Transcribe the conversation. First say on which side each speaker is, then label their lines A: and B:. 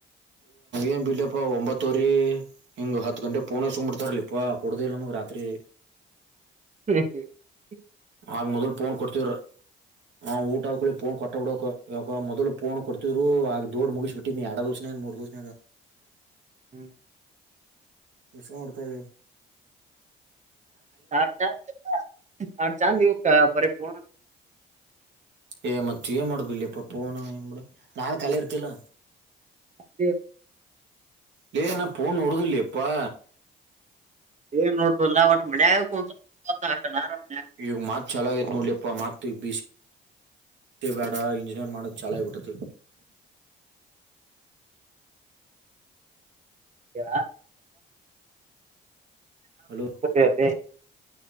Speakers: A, on the right (about 65°); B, on the right (about 35°).
A: ಏನ್ ಬಿಡ್ಲಿಪ್ಪಾ ಒಂಬತ್ತುವರಿ ಹಿಂಗ್ ಹತ್ತು ಗಂಟೆ ಪೂಣೆ ಸುಮ್ ಬಿಿಡ್ತಾರಲ್ಲಿ ಇಪ್ಪಾ ಕುಡುದ ಇಿಲ್ಲ ನ ಆದದರೆ
B: <inaudible> <inaudible> ಹ
A: ಆಗ ಮೊದಲ್ ಫೋನ್ ಕೊಡ್ತವ್ರ ಹಾ ಊಟ ಹಾಕೊಳ್ಳಿ ಫೋನ್ ಕೊಟ್ಟ ಬಿಡೋಕ್ ಯ ಮೊದ್ ಫೋನ್ ಕೊಡ್ತಿದ್ರು ಆಗ ದೋಡ್ ಮುಗ್ಬ ಬಿಟ್ಟಿದಿ ಎಡ ದ್ಸನೇ ಮೂೋಡುದು ಸಿ ಅ
B: ಹ್ಮ
A: ವಿಷ ಮಾಡಡ್ತಳ
B: ಸಾ ಚಾರ್ ಸಾಡ್ ಚಾರ್ ದಿವಸ ಬರ ಪೂರ್ಣ
A: ಏ ಮತ್ತ ಏನ್ ಮಾಡುದು ಇಲ್ಲಿಪ್ಪ ಪೋನು ಏನ್ ಮಾಡ ನಾನ್ ಕಲೆ ಇರ್ತಿಲ್ಲ
B: ಅೇ
A: ಲನ ಪನು ಉಡದಲ್ಲಪ್ಪಾ
B: ಏನ್ ನೋಡ್ರಲ್ಲ ಒಟ್ ಮೆ ಆಗು ಅಂತ ಆರಾಮ
A: ಈಗ ಮಾತ್ ಚಲ ಆೈತ್ ನೋಡ್ಲಿ ಅಪ್ಪ ಮತಿ ಬಿ ಸಿ ಬೇಡ ಇಂಜಿನಿಯರ್ ಮಾಡದು ಚಾಲ ಆಬಿಟ್ಟತಿ
B: ಯ
A: ಹಲೋ
B: ತತರ